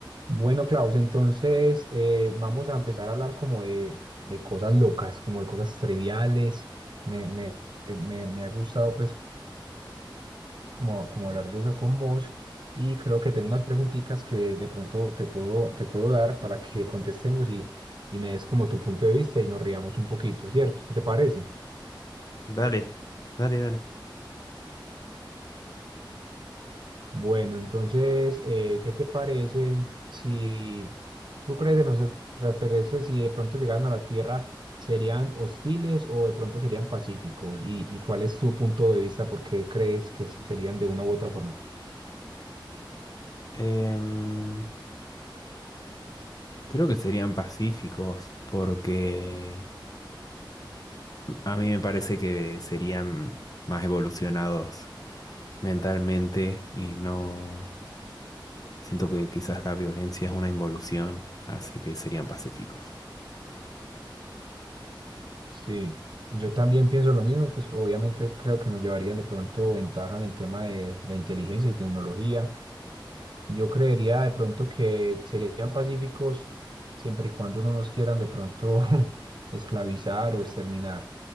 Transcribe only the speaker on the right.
Bueno, Klaus, entonces eh, vamos a empezar a hablar como de, de cosas locas, como de cosas triviales. Me, me, me, me ha gustado pues como, como hablar de eso con vos y creo que tengo unas preguntitas que de pronto te puedo, te puedo dar para que contestemos y, y me des como tu punto de vista y nos riamos un poquito, ¿cierto? ¿Qué te parece?
Bueno, entonces, eh, ¿qué te parece si tú crees en los extraterrestres y de pronto llegaran a la Tierra, serían hostiles o de pronto serían pacíficos? ¿Y, y cuál es tu punto de vista? ¿Por qué crees que sí serían de una u otra forma?
Sí, yo también pienso lo mismo, pues obviamente creo que nos llevarían de pronto ventaja en el tema de, de inteligencia y tecnología. Yo creería de pronto que serían pacíficos siempre y cuando no nos quieran de pronto <laughs> esclavizar o exterminar.